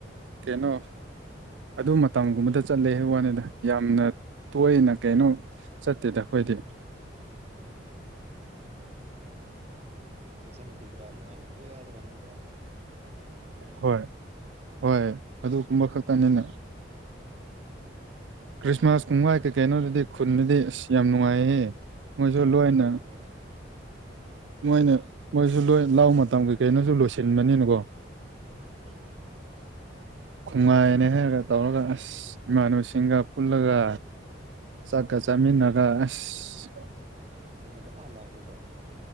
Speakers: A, on the right; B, on the right.
A: ꯀꯩꯅꯣ ꯑꯗꯨ ꯃꯇꯝꯒꯨꯝꯕꯗ ꯆꯠꯂꯦ ꯋꯥꯅꯤꯗ ꯌꯥꯝꯅ ꯇꯣꯏꯅ ꯀꯩꯅꯣ ꯆꯠꯇꯦꯗ ꯑꯩꯈꯣꯏꯗꯤ
B: ꯎ ꯐꯪꯁꯟ ꯇꯔꯤ ꯔꯥꯗꯃꯅꯔꯦ ꯍꯥꯏꯃꯗ
A: ꯍꯣꯏ ꯍꯣꯏ ꯑꯗꯨꯒꯨꯝꯕ ꯈꯛꯇꯅꯤꯅꯦ ꯈ꯭ꯔꯤꯁꯃꯥꯁ ꯀꯨꯝꯒꯥꯏ ꯀꯩꯀꯩꯅꯣꯗꯨꯗꯤ ꯈꯨꯟꯗꯗꯤ ꯑꯁ ꯌꯥꯝ ꯅꯨꯡꯉꯥꯏꯍꯦ ꯃꯣꯏꯁꯨ
B: ꯑ
A: ꯂꯣꯏꯅ
B: ꯍꯣꯏ ꯍ
A: ꯃꯣꯏꯅ ꯃꯣꯏꯁꯨ ꯂꯣꯏ ꯂꯥꯛ ꯃꯇꯝꯒꯤꯩ ꯀꯩꯅꯣꯁꯨ ꯂꯣꯏꯁꯤꯟꯕꯅꯤꯅꯀꯣ
B: ꯋꯥꯟ
A: ꯈꯣꯡꯉꯥꯏꯅꯦ ꯍꯥꯏꯔꯒ ꯇꯧꯔꯒ ꯑꯁ ꯏꯃꯥꯟꯅꯨꯁꯤꯡꯒ ꯄꯨꯜꯂꯒ ꯆꯥꯛꯀ ꯆꯃꯤꯅꯒꯁ
B: ꯂꯩ ꯔꯤꯗꯝ